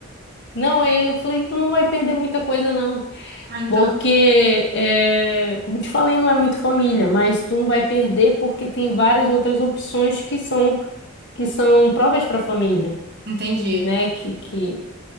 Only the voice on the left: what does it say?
não, aí eu falei, tu não vai perder muita coisa não.
Porque, é, como te falei, não é muito família, mas tu não vai perder porque tem várias outras opções que são que são provas para família,
né? Que, que